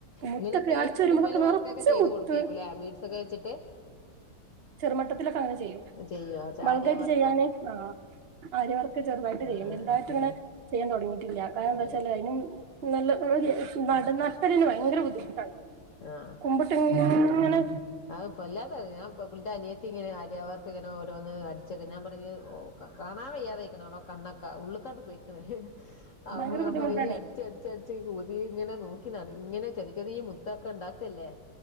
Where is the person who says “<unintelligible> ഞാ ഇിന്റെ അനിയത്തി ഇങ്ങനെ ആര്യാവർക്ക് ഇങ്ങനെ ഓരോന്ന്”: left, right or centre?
Left